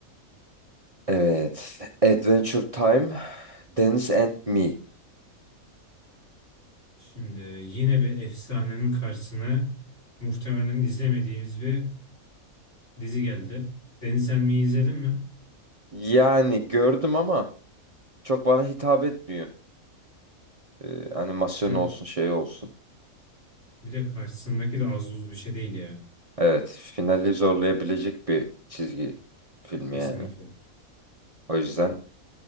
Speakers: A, on the right (about 30°); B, on the left (about 55°).
A: Evet. Adventure Time, Dennis and Me.
B: Şimdi yine bir efsanenin karşısına muhtemelen izlemediğimiz bir dizi geldi. Deniz sen mi izledin mi?
A: Yani gördüm ama çok bana hitap etmiyor. Ee, animasyon
B: Yani
A: olsun şey olsun.
B: bir de karşısındaki de az buz bir şey değil ya.
A: Evet, finali zorlayabilecek bir çizgi filmi
B: Kesinlikle.
A: yani. O yüzden